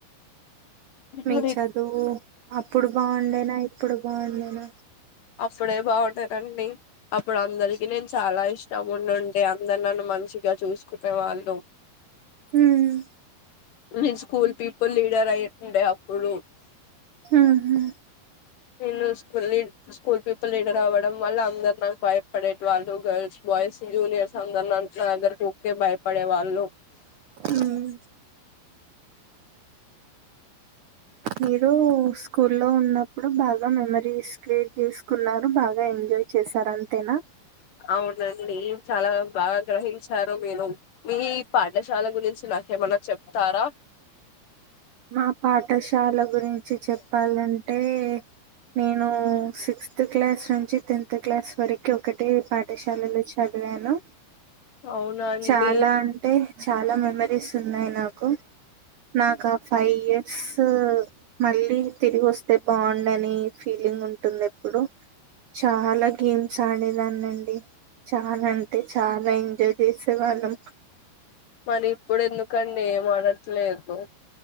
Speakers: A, on the right; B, on the left.
A: మీ
B: మరి
A: చదువు అప్పుడు బాగుండేనా ఇప్పుడు బాగుండే నా
B: అప్పుడే బాగుండేదండి అప్పుడు అందరికి నేను చాలా ఇష్టం ఉండుండే అందరు నన్ను మంచిగా చూసుకునే వాళ్ళు
A: ఉమ్
B: నేను స్కూల్ పీపుల్ లీడర్ అయుండే అప్పుడు
A: హుహు
B: నేను స్కూల్ లీ స్కూల్ పీపుల్ లీడర్ అవ్వడం వల్ల అందరు నాకు భయపడేటి వాళ్ళు గర్ల్స్ బాయ్స్ జూనియర్స్ అందరు నా అందరికి ఊర్కే భయపడే వాళ్ళు హలో
A: ఉమ్ మీరు స్కూ ల్లో ఉన్నప్పుడు బాగా మెమోరీస్ క్రెట్ తీసుకున్నారు బాగా ఎంజాయ్ చేశారం తేనా
B: అవునండి చాలా బాగా గ్రహించారు మీరు మీ పాఠశాల గురించి నాకేమన్నా చెప్తారా.
A: మా పాఠశాల గురించి చెప్పాలంటే నేను సిక్స్త్ క్లాస్ నుంచి టెన్త్ క్లాస్ వరకు ఒక ఒకటే పాఠశాలలో చ చదివాను
B: అవునండి
A: చాలా అంటే చాలా మెమొరీస్ ఉన్నాయి నాకు నాకా ఫైవ్ ఇయర్స్ ఇప్పుడు మళ్ళీ తిరిగి వస్తే బాగుండని ఫీలింగ్ ఉంటుంది ఎప్పుడు చాలా గేమ్స్ ఆడేదాన్ని అండి చాలా అంటే చాలా ఎంజాయ్ చేసే వాళ్ళం
B: మరి ఇప్పుడు ఎందుకండి ఏమో అ ట్లేదు